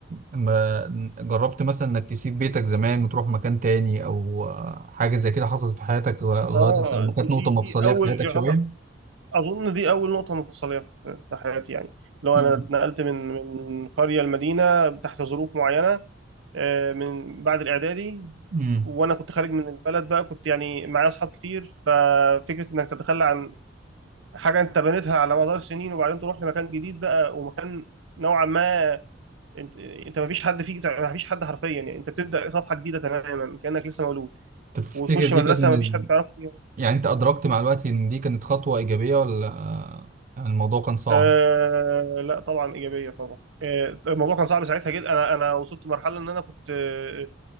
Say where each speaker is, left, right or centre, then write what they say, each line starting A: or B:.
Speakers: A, on the right; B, on the right.
A: ما جربت مثلا انك تسيب بيتك زمان وتروح مكان تاني او حاجة زي كده حصلت في حياتك غيرت
B: اه
A: لما
B: دي
A: كانت نقطة
B: دي
A: مفصلية
B: دي اول
A: في حياتك
B: يعتبر
A: شوية؟
B: اظن دي اول نقطه مفصليه في في حياتي يعني لو
A: امم
B: انا اتنقلت من من قريه لمدينه تحت ظروف معينه آه، من بعد الاعدادي
A: امم
B: وانا كنت خارج من البلد بقى كنت يعني معايا اصحاب كتير ففكره انك تتخلى عن حاجه انت بنيتها على مدار سنين وبعدين تروح لمكان جديد بقى ومكان نوعا ما انت انت ما فيش حد فيك ما فيش حد حرفيا يعني انت بتبدا صفحه جديده تماما كانك لسه مولود
A: طب تفتكر
B: وتخش
A: دي
B: مدرسه
A: كانت من
B: ما
A: ال...
B: فيش حد تعرفه فيها
A: يعني انت ادركت مع الوقت ان دي كانت خطوة ايجابية ولا آه، الموضوع كان صعب؟
B: آه لا طبعا ايجابيه طبعا آه الموضوع كان صعب ساعتها جدا انا انا وصلت لمرحله ان انا كنت آه